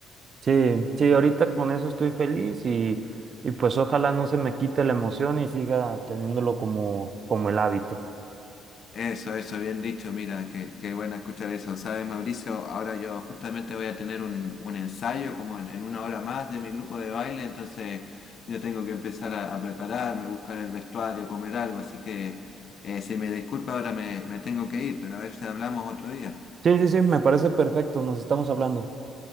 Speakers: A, on the right; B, on the left.
A: Sí, sí, ahorita con eso estoy feliz y, y pues ojalá no se me quite la emoción y siga teniéndolo como, como el hábito.
B: Eso, eso, bien dicho, mira, qué, qué bueno escuchar eso. Sabes, Mauricio, ahora yo justamente voy a tener un, un ensayo como en, en una hora más de mi grupo de baile, entonces yo tengo que empezar a, a prepararme, buscar el vestuario, comer algo, así que eh, si me disculpa ahora me, me tengo que ir, pero a ver si hablamos otro día.
A: Sí, sí, sí, me parece perfecto, nos estamos hablando.